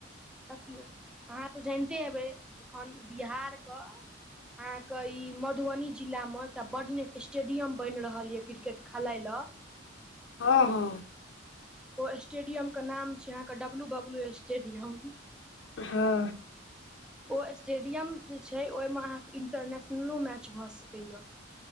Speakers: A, in the centre; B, on the left.
A: देखियौ अहाँ तऽ जनिते हेबै एखन बिहारके अहाँ के ई मधुबनी जिला मे एकटा बड्ड नीक स्टेडियम बनि रहल ये क्रिकेट खेलाय ल
B: हँ हँ
A: ओ स्टेडियम के नाम छै अहाँ के डब्लू डब्लू स्टेडियम
B: हँ
A: ओ स्टेडियम जे छै ओहिमे अहाँके इंटरनेशनलो मैच भऽ सकैय